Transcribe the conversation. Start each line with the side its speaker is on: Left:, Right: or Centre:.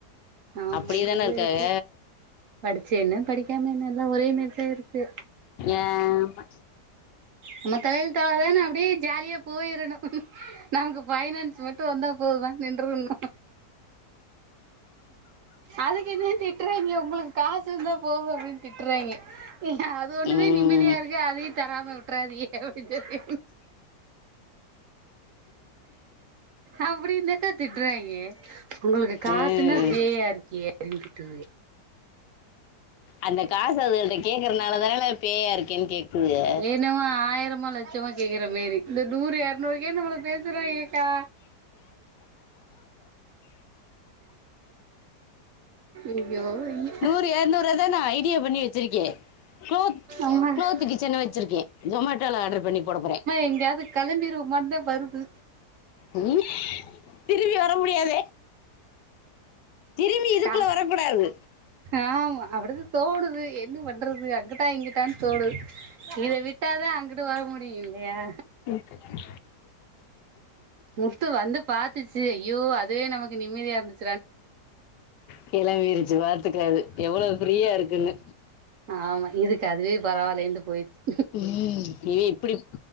Right: ஆமா
Left: அப்டியேதான
Right: அப்டியேதா
Left: இருக்காக
Right: இருக்கு படிச்சு என்ன படிக்காம என்ன எல்லா ஒரே நேரத்த இருக்கு
Left: ஏ மா
Right: நம்ம தலை எழுத்து அவ்ள தானு அப்டியே ஜாலியா போயிரணு நமக்கு பைனான்ஸ் மட்டு வந்தா போதுமான் நின்றனு அதுக்கு என்னன் திட்டுறாங்க ஒங்களுக்கு காசு இருந்தா போது அப்டின் திட்டுறாங்க அது ஒண்ணுதா
Left: ம்,
Right: நிம்மதியா இருக்கு அதையு தராம விட்டுறாதீக அப்டின் சொன்னே அப்டின் தக்க திட்றாங்க ஒங்களுக்கு காசுனா
Left: ம்.
Right: பேயா இருக்கிக ட்டுது
Left: அந்த காச அதுகள்ட்ட கேக்குறனாலதானல பேயா இருக்கேன் கேக்குதுக
Right: இன்னவு ஆயிரமோ லட்சமோ கேக்குற மாரி இந்த நூறு இரநூறுக்கே நம்மள பேசுறாங்க கா ய்யோ அய்யோ
Left: ப்ப இரநூறுவாதா நா ஐடியா பண்ணி வச்சிருக்கே கோத்
Right: ஆமா
Left: க்ளோத்து கிச்சன வச்சிருக்கே ஜோமேட்டோல ஆர்டர் பண்ணி போட போறே
Right: எங்கயாது கெளம்பிறுவோமான் தா வருது
Left: <unintelligible> திரும்பி வர முடியாதே திரும்பி இதுக்குள்ள
Right: கா
Left: வரக்கூடாது
Right: ஆமா அப்டிதா தோணுது என்ன பண்றது ங்குடா இங்குடான் தோணுது இத விட்டா தா அங்குட்டு வர முடியு இல்லையா
Left: <unintelligible>
Right: முத்து வந்து பாத்துச்சு ஐயோ அதுவே நமக்கு நிம்மதியா இருந்துச்
Left: கிளம்பிருச்சு பாத்துக்க அது எவ்வளவு ஃப்ரீயா இருக்குன்னு
Right: ஆமா இதுக்கு அதுவே பரவாயில்லேன்டு போயிருச்சு
Left: ம் இவே இப்டி